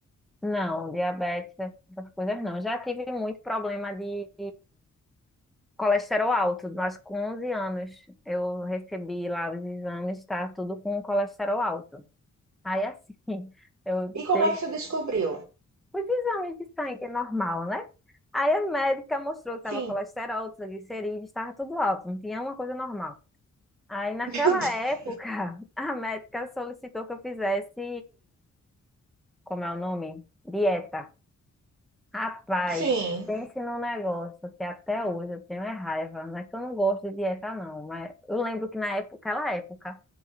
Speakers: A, in the centre; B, on the right (about 65°).
A: Não, diabetes, essas coisas não. Já tive muito problema de colesterol alto, mas com 11 anos eu recebi lá os exames, tá tudo com colesterol alto. Aí assim, <laughs> eu
B: E como
A: dei
B: é que você descobriu?
A: os exames de sangue normal, né? Aí a médica mostrou que tava
B: Sim.
A: colesterol,
B: <laughs>
A: triglicerídeos, estava tudo alto, não tinha uma coisa normal. Aí naquela
B: Meu Deus.
A: época, <laughs> a médica solicitou que eu fizesse, como é o nome? Dieta. Rapaz,
B: Sim,
A: pense num negócio que até hoje eu tenho é raiva. Não é que eu não gosto de dieta, não, mas eu lembro que na época, aquela época,